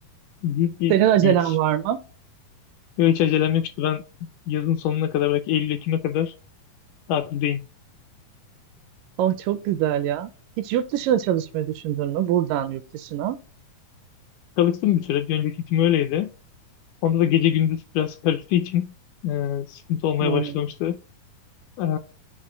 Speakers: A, on the left; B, on the right.
A: Büyük bir
B: Senin acelen
A: lüks.
B: var mı?
A: Yok, Hiç acelem yok işte. Ben yazın sonuna kadar belki Eylül-Ekim'e kadar tatildeyim.
B: Oh çok güzel ya. Hiç yurt dışına çalışmayı düşündün mü? Buradan yurt dışına.
A: Çalıştım bir süre. Bir önceki işim öyleydi. Onda da gece gündüz biraz karıştığı için e, sıkıntı olmaya
B: Hmm.
A: başlamıştı. E,